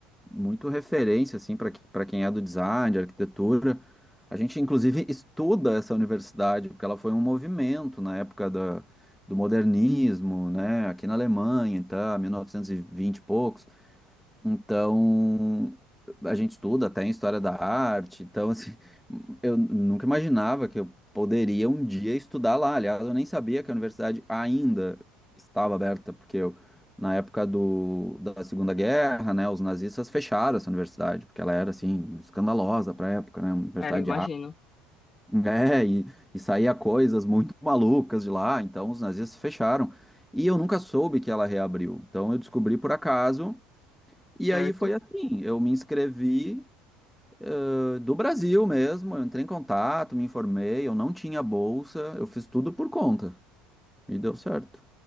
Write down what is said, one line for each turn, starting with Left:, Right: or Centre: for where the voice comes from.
Centre: muito referência assim para para quem é do design, de arquitetura. A gente inclusive estuda essa universidade porque ela foi um movimento na época da, do modernismo, né, aqui na Alemanha, então, 1920 e vinte e poucos, então, a gente estuda até em história da arte, então, assim, <laughs> eu nunca imaginava que eu poderia um dia estudar lá. Aliás, eu nem sabia que a universidade ainda estava aberta, porque eu, na época do, da Segunda Guerra, né, os nazistas fecharam essa universidade, porque ela era, assim, escandalosa para a época, né, uma universidade
Left: É, eu imagino,
Centre: de arte. É, e, e saía coisas muito malucas de lá, então os nazistas fecharam. E eu nunca soube que ela reabriu. Então eu descobri por acaso e
Left: certo?
Centre: aí foi assim, eu me inscrevi, eh, do Brasil mesmo, eu entrei em contato, me informei, eu não tinha bolsa, eu fiz tudo por conta e deu certo.